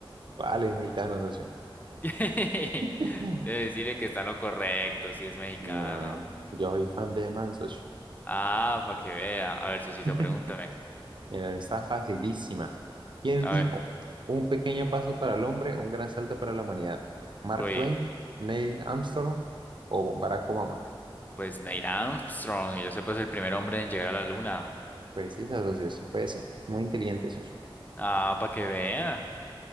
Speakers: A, on the right; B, on the left.
A: ¿Cuál es mexicano, socio?
B: <laughs> Debe
A: <laughs>
B: decirle que está en lo correcto, si es mexicano.
A: No, yo soy fan de Man, socio.
B: Ah, para que vea. A ver, socito,
A: <laughs>
B: pregúntame.
A: Mira, está facilísima. ¿Quién
B: A
A: dijo?
B: ver.
A: Un pequeño paso para el hombre, un gran salto para la humanidad. ¿Mark
B: Uy,
A: Twain, Neil Armstrong o Barack Obama?
B: pues Neil Armstrong, y yo sé, pues el primer hombre en llegar a la luna.
A: Pues sí, socio, sí fue ese. Muy inteligente, socio.
B: Ah, para que vea.